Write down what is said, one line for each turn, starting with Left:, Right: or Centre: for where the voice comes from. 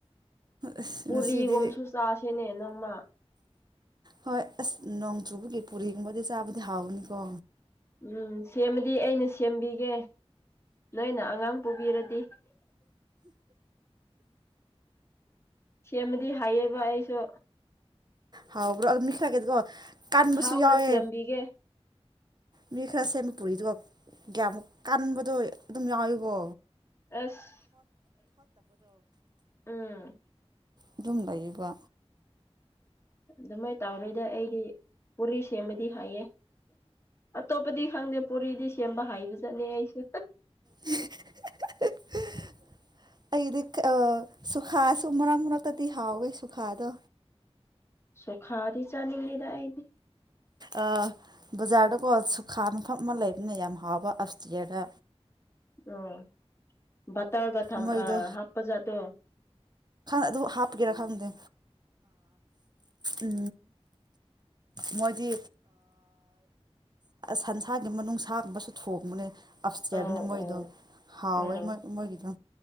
Right: ꯑꯁ
Left: ꯄꯨꯔꯤꯒꯨꯝꯕꯁꯨ
Right: ꯉꯁꯤꯗꯤ
Left: ꯆꯁꯤꯅꯦ ꯅꯣꯡꯃ
Right: ꯍꯣꯏ ꯑꯁ ꯅꯣꯡ ꯆꯨꯕꯒꯤ ꯄꯨꯔꯤꯒꯨꯝꯕꯗꯤ ꯆꯥꯕꯗꯤ ꯍꯥꯎꯕꯅꯤꯀꯣ
Left: ꯎꯝ ꯁꯦꯝꯕꯗꯤ ꯑꯩꯅ ꯁꯦꯝꯕꯤꯒꯦ ꯅꫭꯏꯅ ꯑꯉꯥꯡ ꯄꫭꯕꯤꯔꯗꯤ ꯁꯦꯝꯕꯗꯤ ꯍꯥꯏꯌꯦꯕ ꯑꯩꯁꯨ
Right: ꯍꯥꯎꯕ꯭ꯔꯣ ꯃꯤ ꯈ꯭ꯔꯒꯤꯗꯤꯀꯣ ꯀꯟꯕꯁꯨ
Left: ꯍꯥꯎꯅ
Right: ꯌꯥꯎꯋꯦ
Left: ꯁꯦꯝꯕꯤꯒꯦ
Right: ꯃꯤ ꯈꯔ ꯁꯦꯝꯕ ꯄꯨꯔꯤꯗꯨ ꯌꯥꯝ ꯀꯟꯕꯗꯣ ꯑꯗꯨꯝ ꯌꯥꯎꯋꯀꯣ
Left: ꯑꯁ ꯎꯝ
Right: ꯑꯗꯨꯝ ꯂꯩꯏꯕ
Left: ꯑꯗꯨꯃꯥꯏꯅ ꯇꯧꯔꯣꯏꯗ ꯑꯩꯗꯤ ꯄꯨꯔꯤ ꯁꯦꯝꯃꯗꯤ ꯍꯥꯏꯌꯦ ꯑꯇꯣꯞꯄꯗꯤ ꯈꯪꯗꯦ ꯄꯨꯔꯤꯗꯤ ꯁꯦꯝꯕ ꯍꯥꯏꯕ ꯖꯠꯅꯤ ꯑꯩꯁꯨ
Right: <unintelligible> ꯑꯩꯗꯤ ꯁꯨꯈꯥꯁꯨ ꯃꯔꯛ ꯃꯔꯛꯇꯗꯤ ꯍꯥꯎꯋꯦ ꯁꯨꯈꯥꯗꯣ
Left: ꯁꯨꯈꯥꯗ ꯆꯅꯤꯡꯗ‌ꯦꯗꯥ ꯑꯩꯗꯤ
Right: ꯑ <unintelligible> ꯕꯖꯥꯔꯗꯀꯣ ꯁꯨꯈꯥ ꯃꯐꯝ ꯑꯃ ꯂꯩꯕꯅꯤꯅ ꯌꯥꯝ ꯍꯥꯎꯕ ꯑꯁꯇꯤꯌꯥꯗ
Left: ꯑꯣ ꯕꯇꯔꯒ ꯊ
Right: ꯃꯣꯏꯗꯣ
Left: ꯑ ꯍꯥꯞꯄꯖꯥꯠꯗꯣ
Right: ꯑꯗꯨ ꯍꯥꯞꯀꯦꯔꯥ ꯈꯪꯗꯦ ꯎ ꯃꯣꯏꯗꯤ ꯁꯟꯁꯥꯒꯤ ꯃꯅꯨꯡꯁ ꯁꯥꯒꯨꯝꯕꯁꯨ ꯊꯣꯡꯕꯅꯦ ꯑꯐꯇꯔꯅꯤ
Left: ꯑꯣ ꯑꯣ
Right: ꯃꯣꯏꯗꯣ ꯍꯑꯣꯣꯏ
Left: ꯎꯝ
Right: ꯃꯣꯏꯗꯣ